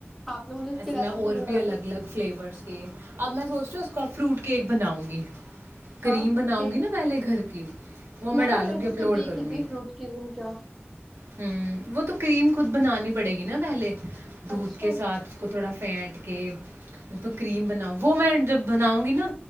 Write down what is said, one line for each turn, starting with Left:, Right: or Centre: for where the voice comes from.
Centre: آپ نے مجھے اس
Right: ایسے
Centre: کی ریسیپی
Right: میں اور
Centre: بنا
Right: بھی الگ الگ فلیورس کے اب میں سوچ رہیوں اس کا فروٹ کیک بناؤں گی کریم
Centre: ہاں فروٹ
Right: بناؤں
Centre: کیک
Right: گی نا پہلے گھر کی وہ
Centre: میں
Right: ڈالوں
Centre: نے ریسیپی
Right: گی اپلوڈ
Centre: دیکھی
Right: کروں
Centre: تھی
Right: گی
Centre: فروٹ کے دن کیا
Right: ہوں وہ تو کریم خود بنانی پڑے گی نا پہلے دودھ
Centre: اچھا
Right: کے ساتھ اس کو تھوڑا پینٹ کے کریم بناؤ وہ میں جب بناؤں گی نا